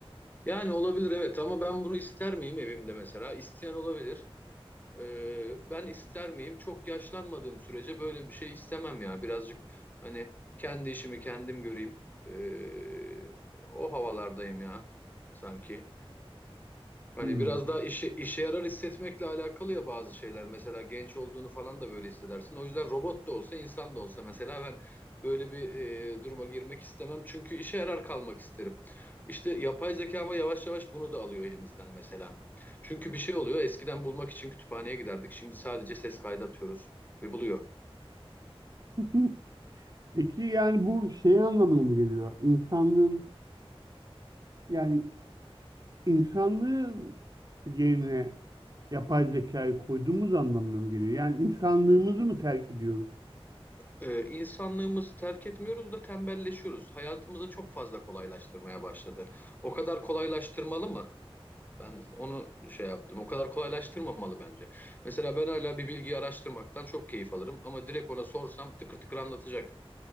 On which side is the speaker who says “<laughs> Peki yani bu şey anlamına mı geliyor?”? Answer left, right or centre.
Right